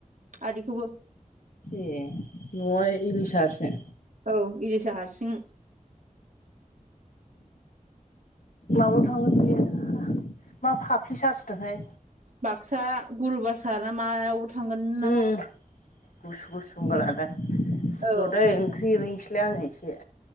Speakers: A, on the right (about 65°); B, on the left (about 75°).
A: आदैखौबो
B: ए न'आ इलसासो, <inaudible>
A: औ इरिसा हारसिं
B: <unintelligible> मा फाफ्लि सासोदोंहाय,
A: बाक्सा गुरुबाासार ना मायाव थांगोन
B: उम
A: नामा
B: गुसु गुसु बार जादों।
A: औ
B: र'दै ओंख्रि ओरैनोसैलाय आङो एसे,